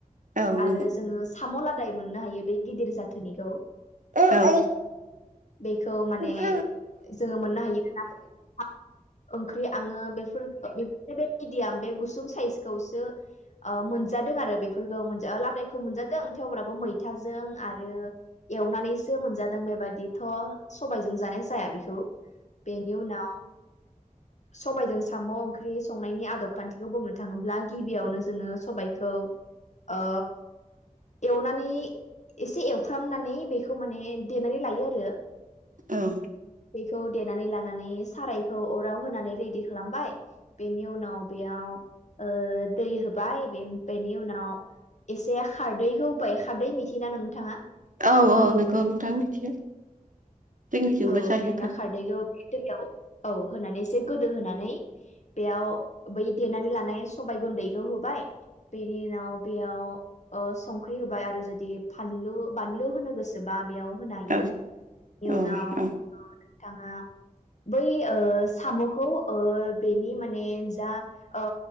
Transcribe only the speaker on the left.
आरो
जोङो साम' लादाइ मोनो हायो। बे गिदिर जाथोनिखौ।
बेखौ माने
जोङो मोननो हायो <unintelligible> ओंख्रि आङो बेफोर-बेफोर बे मिडियाम बे गुसुं साइज -खौसो ओ मोनजादों आरो बेफोरखौ मोन लादायखौ मोनजादों थेवब्लाबो मै- फिथाजों आरो एवनानैसो मोनजादों बेबादिथ' सबायजों जानाय जाया बेखौ, बेनि उनाव सबायजों साम' ओंख्रि संनायनि आदब खान्थिखौ बुंनो थाङ- थाङोब्ला गिबियावनो जोङो सबायखौ ओ, एवनानै एसे एवफ्रामनानै बेखौ माने देनानै लायो आरो।
बेखौ देनानै लानानै सारायखौ अराव होनानै रेडि खालामबाय, बेनि उनाव बेयाव, ओ दै होबाय, बेनि उनाव एसे खारदै होबाय, खारदै मिथिना नोंथाङा?
औ
बिनि उनाव खारदैखौ बे दैयाव, औ होनानै एसे गोदो होनानै, बेयाव बै देनानै लानाय सबायाइ गुन्दैखौ होबाय। बेनि उनाव बेयाव ओ संख्रि होबाय आरो जुदि फानलु बानलु होनो गोसो बा बेयाव होनो हायो,
बेनि
उनाव
नोंथाङा बै ओ, साम'खौ ओ बेनि माने जा ओ